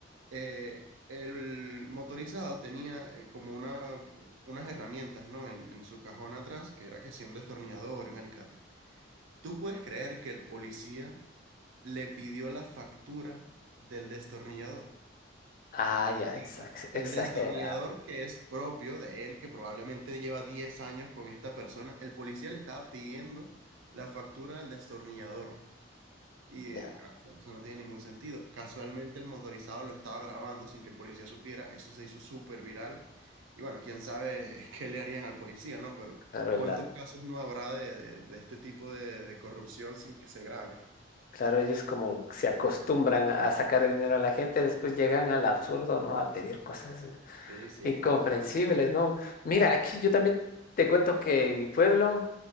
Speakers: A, on the right; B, on the left.
A: eh, el motorizado tenía eh, como una, unas herramientas, ¿no? En, en su cajón atrás, que era que si un destornillador, un alicate. ¿Tú puedes creer que el policía le pidió la factura del destornillador.
B: Ah, ya, exa-
A: Ah, El
B: exagera.
A: destornillador que es propio de él, que probablemente lleva 10 años con esta persona, el policía le estaba pidiendo la factura del destornillador. Y
B: Ya,
A: eh, bueno, eso, eso no tiene ningún sentido. Casualmente el motorizado lo estaba grabando sin que el policía supiera, eso se hizo súper viral. Y bueno, quién sabe <laughs> qué le harían al policía, ¿no? Pero
B: ya.
A: ¿cuántos casos no habrá de, de- de este tipo de, de corrupción sin que se grabe?
B: Claro, ellos como se acostumbran a sacar dinero a la gente, después llegan al absurdo, ¿no? A pedir cosas eh,
A: Sí, sí,
B: incomprensibles,
A: total.
B: ¿no? Mira, aquí yo también te cuento que en mi pueblo, o